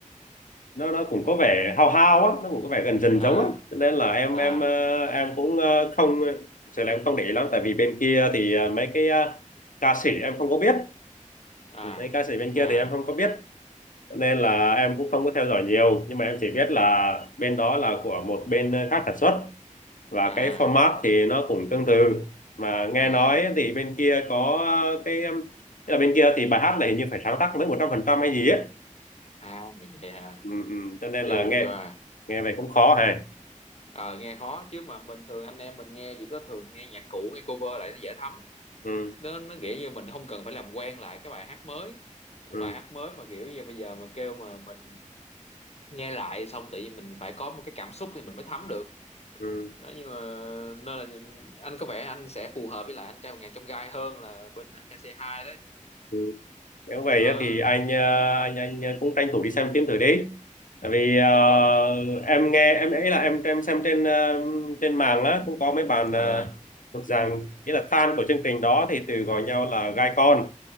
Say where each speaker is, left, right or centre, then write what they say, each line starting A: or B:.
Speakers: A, on the left; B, on the left.
A: nó nó cũng có vẻ hao hao á nó cũng có vẻ gần dần
B: à
A: giống á cho nên là em
B: à
A: em ờ, em cũng ờ, không thực sự là em không để ý lắm tại vì bên kia thì ờ, mấy cái ờ, ca sĩ em không có biết
B: à
A: mấy ca sĩ bên
B: à
A: kia thì em không có biết Cho nên là em cũng không có theo dõi nhiều nhưng mà em chỉ biết là bên đó là của một bên khác sản xuất và
B: à
A: cái format thì nó cũng tương tự mà nghe
B: à
A: nói thì bên kia có ờ, cái um, tức là bên kia thì bài hát này hình như phải sáng tác mới một trăm phần trăm hay gì ấy
B: à vậy hả
A: ừ, ừ. cho nên
B: chù
A: là nghe
B: choà
A: nghe vậy cũng khó hề
B: ờ nghe khó chứ mà bình thường anh em mình nghe chỉ có thường nghe nhạc cũ nghe cover lại nó dễ thấm
A: ừ.
B: nó nó nghĩa như mình không cần phải làm quen lại cái bài hát mới còn
A: ừ,
B: bài hát mới mà kiểu như bây giờ mà kêu mà mình nghe lại xong tự nhiên mình phải có một cái cảm xúc thì mình mới thấm được
A: ừ,
B: đó nhưng mà nên là anh có vẻ anh sẽ phù hợp với lại anh trai một ngàn trong gai hơn là bên anh trai C2 đấy
A: ừ. nếu vậy
B: đó
A: á thì anh ờ, anh anh cũng tranh thủ đi xem phim thử đi tại vì ờ,
B: trời ơi
A: em nghe em ấy là em em xem trên ờ, trên mạng á cũng có mấy bạn
B: Ờ,
A: ờ, thuộc rằng nghĩa là fan của chương trình đó thì từ gọi nhau là gai con